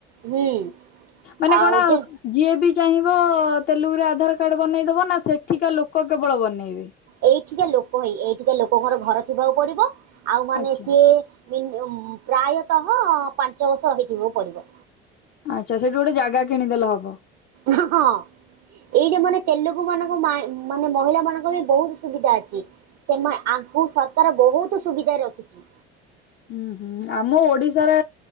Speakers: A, on the right (about 55°); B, on the left (about 35°).
A: ହୁଁ।
B: ମାନେ
A: ଆଉ
B: କଣ?
A: ଯେ
B: ଯିଏ ବି ଚାହିଁବ ତେଲୁଗୁରେ ଆଧାର କାର୍ଡ ବନେଇ ଦବ ନା ସେଠିକା ଲୋକ କେବଳ ବନେଇବେ?
A: ଏଇଠିିକା ଲୋକ ହିଁ ଏଇଠିିକା ଲୋକଙ୍କର ଘର ଥିବାକୁ ପଡିବ ଆଉ ମାନେ
B: ଆଚ୍ଛା।
A: ସିଏ ମିନିମ ପ୍ରାୟତଃ ପାଞ୍ଚ ବର୍ଷ ହେଇଯିବ ପଡ଼ିବ।
B: ଆଚ୍ଛା ସେଇଠୁ ଗୋଟେ ଜାଗା କିଣିଦେଲେ ହବ।
A: ହ ହଁ ଏଇଟା ମାନେ। ତେଲୁଗୁ ମାନଙ୍କ ମାନେ ମହିଳା ମାନଙ୍କ ବି ବହୁତ ସୁବିଧା ଅଛି। ସେମାନେ ୟାଙ୍କୁ ସରକାର ବହୁତ ସୁବିଧାରେ ରଖିଛି।
B: ଉଁ ହୁଁ ଆମ ଓଡିଶାରେ